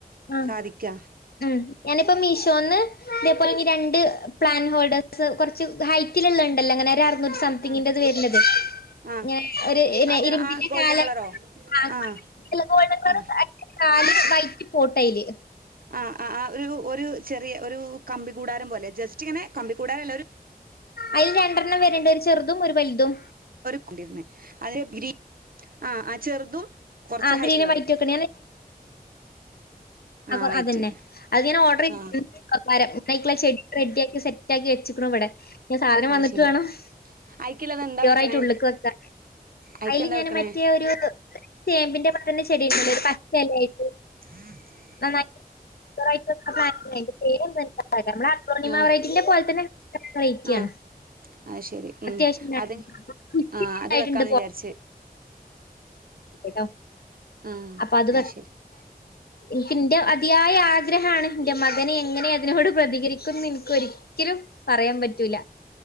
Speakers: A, on the left; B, on the right.
A: ആ
B: സാധിക്കാ
A: ഉ ഞാനിപ്പോ മീഷോന്ന് ഇതേപോലെ ഇനി രണ്ട് പ്ലാൻ ഹോൾഡേഴ്‌സ് കുറച്ച് ഹൈറ്റിലള്ള ഉണ്ടല്ലോ അങ്ങനെ സംതിങ്ങിന്റെത്
B: ആഹ്
A: വരത്
B: ആഹ്
A: ഇങ്ങനെ ഒരു ഇന്നെ
B: അത്
A: ഇരുമ്പിന്റെ
B: ആ ഗോൾഡൻ
A: കാലം
B: കളറോ
A: ആ
B: ആഹ്
A: ഗോൾഡൻർ
B: ആഹ്
A: നാല് വൈറ്റ് പോട്ടയില്
B: ആഹ് ആഹ് ആഹ് ഒരു ഒരു ചെറിയ ഒരു കമ്പി കൂടാരം പോലെ ജസ്റ്റ് ഇങ്ങനെ കമ്പ കൂടാരല്ല ഒരു
A: അതിൽ രണ്ടെണ്ണം വരേണ്ട ഒരു ചെറുതും ഒരു വലുതും
B: <unintelligible> അതി ഗ്രീ ആഹ ആ ചെറുതും കൊറച്ച
A: ആ
B: ഹൈറ്റ്ള്ളതും
A: ഗ്രീനും വൈറ്റും ഒക്കെ ആ
B: ആഹ് വൈറ്റ്
A: അതന്നെ അത് ഞാൻ ഓർഡർ <unintelligible>
B: ആഹ്
A: ചെടി റെഡിയ ആാക്കി സെ സെറ്റാക്കി വെച്ചിക്കണ ഇവിടെ ഞൻ സാധനം
B: ആഹ്
A: വന്നിട്ട്
B: ശരി
A: വേണോ <unintelligible>
B: അയിക്കുള്ളത് എന്താ വെക്കണേ
A: <unintelligible>
B: അയിക്കെന്താ
A: അതില് ഞാൻ
B: വെക്കണേ
A: മറ്റേ ഒരു ചേമ്പിന്റെ <unintelligible> ഉണ്ട് പച്ചല ആയിട്ട്
B: <inaudible>
A: <unintelligible> <unintelligible>
B: ആഹ്
A: യിക്കയാണ്
B: ആഹ് അത് ശരി ഉം
A: അത്യാവശ്യം
B: അത്
A: ഉയിട്ടുണ്ട്
B: ആഹ് അത് വെക്കാന്ന് വിചാരിച്ച്
A: കേട്ടോ
B: ആഹ്
A: അപ്പൊ അത്
B: ശരി
A: എനിക്ക് എന്റെ അതിയായ ആഗ്രഹമാണ് എന്റെ മകനെ എങ്ങനെ അതിനോട് പ്രതികരിക്കുംന്ന് എനിക്ക് ഒരിക്കലും പറയാൻ പറ്റൂല